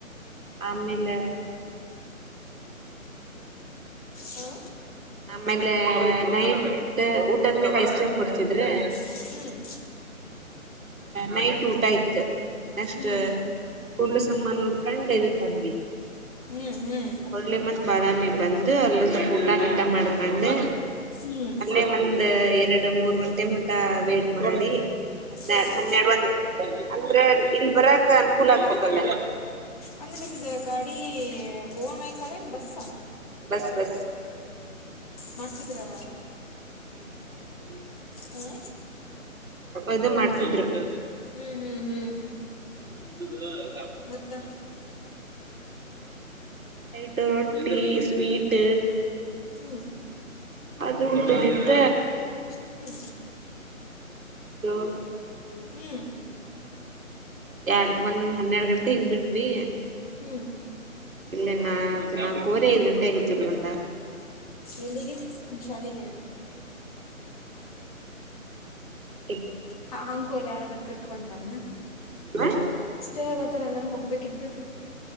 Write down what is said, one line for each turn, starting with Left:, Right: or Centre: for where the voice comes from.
Right: ಆಮೇಲೆ
Left: ಹಾ
Right: ಆಮೇಲೆ ನೈಟ್ ಊಟದ್ಮ್ಯಾಗ ಐಸ್ ಕ್ರೀಮ್ ಕೊಡಿಸಿದ್ರಾ
Left: ಹ್ಮ್
Right: ನೈಟ್ ಊಟ ಇತ್ತು ನೆಕ್ಸ್ಟ್
Left: ಹ್ಮ್
Right: ಕುೂಡ್ಲು ಸಮ್ಮನ್ ನೋಡ್ಕಂಡ್ ಇದಕ್ ಬಂದ್ವಿ
Left: ಹ್ಮ್.. ಹ್ಮ್
Right: ಹೋಳ್ಳಿ ಮತ್ ಬಾದಾಮಿಗೆ ಬಂದು ಅಲ್ಲ ಸ್ವಲ್ಪ ಊಟ ಗಿಟ ಮಾಡ್ಕೊಂಡು
Left: ಹ್ಮ್
Right: ಅಲ್ಲೇ ಒಂದ್ ಎರಡು ಮೂರ್ ಗಂಟೆ ಮಟ್ಟ ವೇಟ್ ಮಾಡಿ ಹನ್ನೆರಡು
Left: ಯಾಕೆ
Right: ಹನ್ನೆರಡು ಒಂದ ಅಂದ್ರ ಇಲ್ ಬರಕ್ ಅನುಕೂಲ ಆಗ್ಬೇಕಲ್ಲ
Left: ಅಂದ್ರೆ ನಿಮ್ದ ಗಾಡಿ ಓನ್ ವೆಹ್ಕಲ್ ಏನ್ ಬಸ್
Right: ಬಸ್ ಬಸ್
Left: ಮಾಡ್ಸಿದ್ರ
Right: <inaudible>
Left: ಹಾ
Right: ಈದು ಮಾಡ್ಸಿದ್ರು
Left: ಹ್ಮ್ ಹ್ಮ್ ಹ್ಮ್
Right: <unintelligible>
Left: ಮತ್ತ
Right: ಟ ರೊಟ್ಲಿ ಸ್ವೀಟ್
Left: ಹ್ಮ್
Right: ಅದು ಊಟದಿತ್ತ.
Left: ಹ್ಮ್
Right: ದ
Left: ಹ್ಮ್
Right: ಎರಡ್ ಒಂದ್ ಹನ್ನೆರಡ್ ಗಂಟೆ ಹಿಂಗ್ ಬಿಟ್ವಿ.
Left: ಹ್ಮ್
Right: ಇಲ್ಲ ನಾಕ್ ನಾಕೋರಿ ಐದ್ ಗಂಟೆ ಆಗಿತಿಲೀ ಬಂದಾಗ
Left: ಎಲ್ಲಿಗೆ ನಿಮ್ ಶಾಲಿಗೆ
Right: ಹ್ಮ್
Left: ಹ ಹಂಗೋರ ಯಾರಾರ ಟ್ರಿಪ್ ಅಂತಾರನಾ
Right: ಹ
Left: ಸ್ಟೇ ಆಗತ್ತಾರ ಎಲ್ಲಾರು ಹೋಗ್ಬೇಕು ಕಿತ್ತು